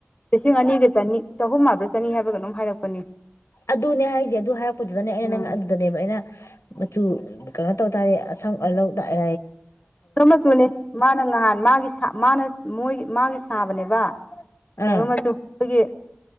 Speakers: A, on the left (about 30°); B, on the left (about 80°).
A: ꯂꯤꯁꯤꯡ ꯑꯅꯤꯒ ꯆꯅꯤ ꯆꯍꯨꯝ ꯍꯥꯕ꯭ꯔꯥ ꯆꯅꯤ ꯍꯥꯏꯕꯔꯥ ꯀꯩꯅꯣꯝ ꯍꯥꯏꯔꯛꯄꯅꯤ
B: ꯑꯗꯨꯅꯦ ꯍꯥꯏꯁꯦ ꯑꯗꯨ ꯍꯥꯏꯔꯛꯄꯗꯨꯗꯅꯦ ꯑꯩꯅ
A: ꯎꯝ
B: ꯅꯪ ꯑꯗꯨꯗꯅꯦꯕ ꯑꯩꯅ ꯃꯆꯨ ꯀꯩꯅꯣ ꯇꯧ ꯇꯥꯔꯗꯤ ꯑꯁꯪ ꯑ ꯂꯧ ꯇꯑ
A: ꯆꯨꯝ ꯃꯆꯨꯅꯤ ꯃꯥꯅ ꯉꯍꯥꯟ ꯃꯥꯒꯤ ꯃꯥꯅ ꯃꯣꯏ ꯃꯥꯒꯤ ꯁꯥꯕꯅꯦꯕ ꯀꯩꯅꯣ
B: ꯑꯥ
A: ꯃꯆꯨ ꯈꯣꯏꯒꯤ